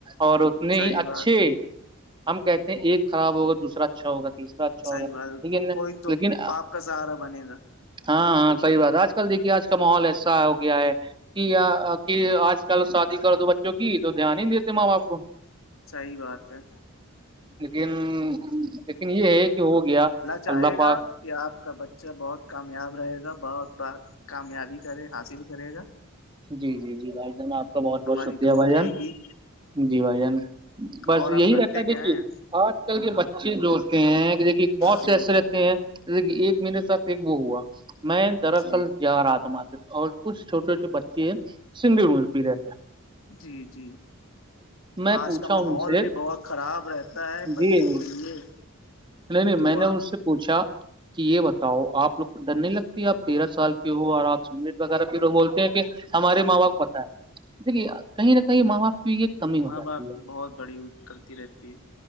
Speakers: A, on the right; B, on the left.
A: اور اتنے
B: صحیح
A: ہی اچھے
B: بات ہے
A: ہم کہتے ہیں ایک خراب ہو گئے دوسرا اچھا ہوگا تیسرا اچھا
B: صحیح
A: ہوگا ٹھیک
B: بات
A: ہے
B: کوئی تو
A: لیکن
B: باپ کا سہارا بنے گا
A: ہاں ہاں صحی بات ہے آج کل دیکھیے آج کا ماحول ایسا ہو گیا ہے کہ کہ آج کل شادی کر دو بچوں کی تو دھیان ہی دیتے ماں باپ کو
B: صحی بات ہے
A: لیکن لیکن یہ ہے کہ ہو گیا
B: چاہے
A: اللہ پا
B: گا کہ آپ کا بچہ بہت کامیاب رہے گا بہت کامیابی کرے حاصل کرے گا
A: جی جی جی بھائی جان آپ کا بہت
B: ہماری
A: بہت شکریہ
B: دعا
A: بھائی
B: رہے
A: جان
B: گی
A: جی بھائی جان بس
B: اور آپ
A: یہی
B: کرتے
A: رہتا ہے
B: کیا
A: دیکھیے
B: ہیں
A: آج کل کے بچے جو ہوتے ہیں کہ دیکھیے بہت
B: جی
A: سے ایسے
B: جی
A: رہتے ہیں دیکھیے ایک میرے ساتھ ایک وہ ہوا میں دراصل
B: جی
A: اں رات مار اور کچھ چھوٹے چھٹے بچے ہیں سنگر پیرے
B: جی جی
A: میں
B: آج
A: پوچھا
B: کا ماحول
A: ان سے
B: بھی بہت خراب رہتا
A: جی
B: ہے بچوں
A: جی
B: کے لیے
A: نہیں نہیں
B: تو
A: میں نے ان سے پوچھا کہ یہ بتاؤ آپ لوگ کو ڈر نہیں لگتی آپ تیرہ سال کی ہو اور آپ سٹ وغیرہ کی بولتے ہیں کہ ہمارے ماں با کو پت ہے دیکھیے کہیں نہ کہیں ماں باپی کی کمی ہو
B: ماں
A: جاتی
B: باپ
A: ہے
B: کی بہت بڑی غلطی رہتی ہے